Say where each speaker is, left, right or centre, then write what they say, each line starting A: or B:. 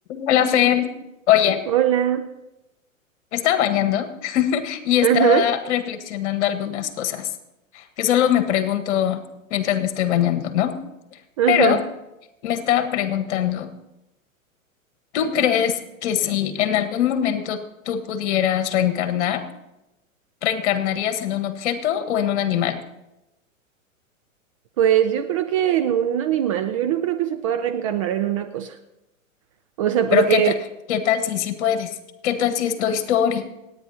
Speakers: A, on the left; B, on the right.
A: Hola, Fer. Oye,
B: Hola.
A: me estaba bañando y estaba
B: Ajá,
A: reflexionando algunas cosas que solo me pregunto mientras me estoy bañando, ¿no?
B: ajá.
A: Pero me estaba preguntando, ¿tú crees que si en algún momento tú pudieras reencarnar, reencarnarías en un objeto o en un animal?
B: Pues yo creo que en un animal, yo no creo que se pueda reencarnar en una cosa. O sea,
A: Pero
B: porque...
A: ¿qué tal, qué tal si sí puedes? ¿Qué tal si es Toy Story?